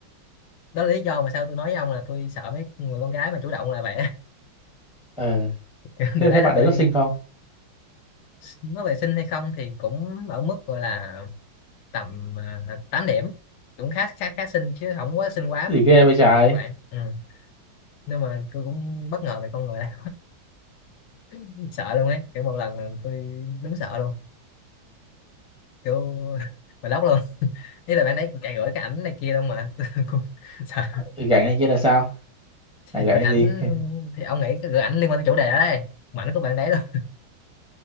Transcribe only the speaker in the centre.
ờ
thế
thế bạn
đấy có xinh không
gì ghê vậy trái
gánh này kia là sao này
gánh
cái
gì <laughs>